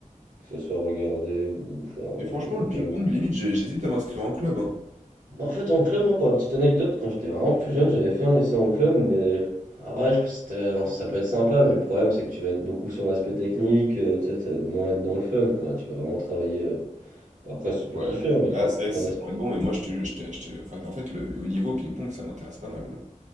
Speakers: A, on the right; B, on the right.
A: que ce soit regarder ou faire. ouais,
B: Et franchement,
A: non, j'aime,
B: le ping-pong,
A: j'aime...
B: limite, j'ai- j'hésite à m'inscrire en club, hein.
A: En fait, en club, moi, pour la petite anecdote, quand j'étais vraiment plus jeune, j'avais fait un essai en club, mais. En vrai, je- c'était- hein, ça peut être sympa, mais le problème, c'est que tu vas être beaucoup sur l'aspect technique, euh, tu sais, t'as- moins être dans le fun, quoi. Tu vas vraiment travailler. euh, Après, si tu peux
B: Ouais.
A: kiffer, hein, mais
B: Ah,
A: plein,
B: c'est vrai
A: plein
B: que c'est
A: d'aspects.
B: pour être bon, mais moi, je te... je te- je te- Enfin, en fait, le, le haut niveau au ping-pong, ça m'intéresse pas mal, là.